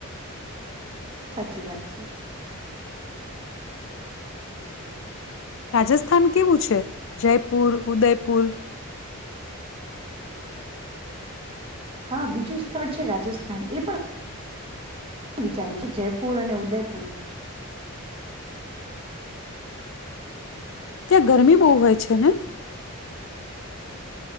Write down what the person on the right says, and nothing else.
સાચી વાત છે.
હા બીજું સ્થળ છે રાજસ્થાન એ પણ વિચારી છે જયપુર અને ઉદયપુર.